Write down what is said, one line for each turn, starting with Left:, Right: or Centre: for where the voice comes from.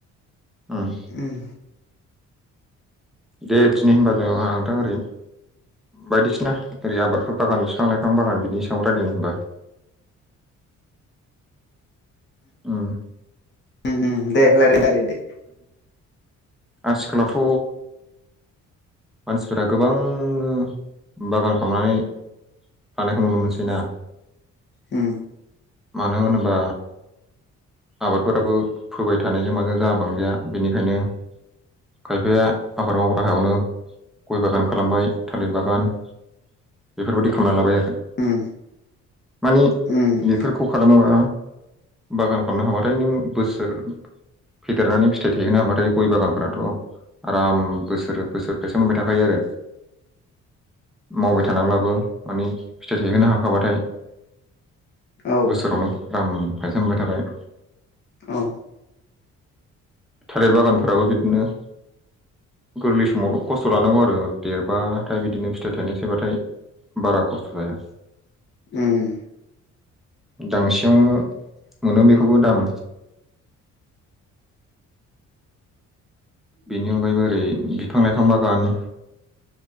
Centre: ओं
Left: ओम
Centre: दे दिनै होनबा जों आंहा नोंथां ओरैनो बायदिसिना ओरै आबादफोर बागान बिफां लाइफां बागान बिनि सायाव रायलायनो होनबा। उम
Left: उ दे लारि लार दे
Centre: आथिखालावथ' मानसिफोरा गोबांनो बागान खालामनानै थानायखौ नुनो मोनसै ना?
Left: ओम
Centre: मानो होनोबा आबादफोराबो फोबाय थानायजों माजों जा बांजाया बेनिखायनो खायफाया आबाद मावग्रा हायावनो गय बागान खालामबाय थालिर बागान बेफोरबायदि खालामना लाबाय आरो
Left: उम
Centre: मानि
Left: उम
Centre: बेफोरखौ खालामोबा बागान खालामनो हाबाथाय नों बोसोर फेदेरनानै फिथाइ थायगोना हाबाथाय गय बागानफोराथ' आराम बोसोर बोसोरखायसो मोनबाय थाखायो आरो मावबाय थानांब्लाबो माने फिथाइ थाहोनो हाखाबाथाय
Left: औ
Centre: बोसोरावनो आराम फायजामबाय थाबाय
Left: औ
Centre: थालिर बागानफोराबो बिदिनो गोरलै समावल' खस्थ' लानांगौ आरो देरबाथाय बिदिनो फिथाइ थाइनाय थायबाथाय बारा खस्त थालाया
Left: उम
Centre: दांसेयावनो मोनो बेखौबो दाम बेनि अनगायैबो ओरै बिफां लाइफां बागान